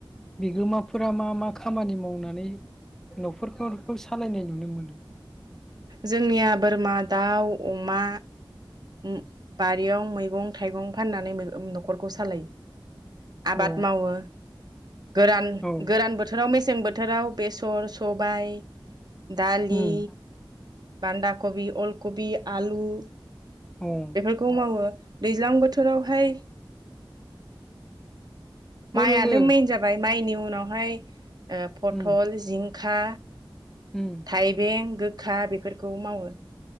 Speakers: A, in the centre; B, on the right.
A: बिगोमाफोरा मा मा खामानि मावनानै न'खरफोरखौ सालायनाय नुनो मोनो?
B: जोंनिया बोरमा दाउ, अमा उम बारियाव मै गं थाइगं फाननानै मै न'खरखौ सालायो। आबाद
A: अ
B: मावो गोरान
A: औ
B: गोरान बोथोराव मेसें जोंबो थोराव बेसर, सबाय दालि
A: उम
B: बान्दा कबि, अलकबि, आलु लु
A: अ
B: बेफोरखौ मावो। दैज्लां बोथोरावहाय माइआनो
A: औ लोगो
B: मैन जाबाय। माइनि उनावहाय ओ फटल
A: उम
B: जिं खा
A: उम
B: थाइबें गोखा बेफोरखौ मावो।